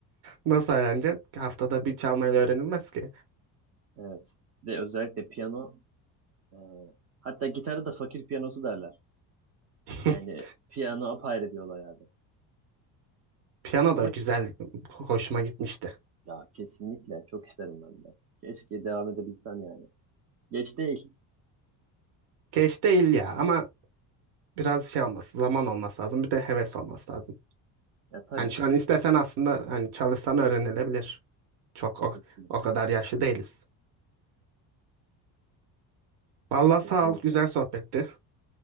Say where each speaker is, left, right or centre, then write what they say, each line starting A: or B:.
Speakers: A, on the right; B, on the right.
A: Nasıl öğreneceksin? Haftada bir çalmayla öğrenilmez ki.
B: Evet. Ve özellikle piyano e, hatta gitara da fakir piyanosu derler.
A: <laughs>
B: Yani piyano apayrı bir olay abi.
A: Piyano
B: Ama
A: da güzel,
B: ki,
A: ho- hoşuma gitmişti.
B: ya kesinlikle çok isterim ben de. Keşke devam edebilsen yani. Geç değil.
A: Geç değil ya ama biraz şey olması, zaman olması lazım. Bir de heves olması lazım.
B: Ya tabii.
A: Hani şu an istesen aslında hani çalışsan öğrenilebilir. Çok o,
B: Kesinlikle.
A: o kadar yaşlı değiliz. Vallahi
B: Ya kesinlikle.
A: sağ ol, güzel sohbetti.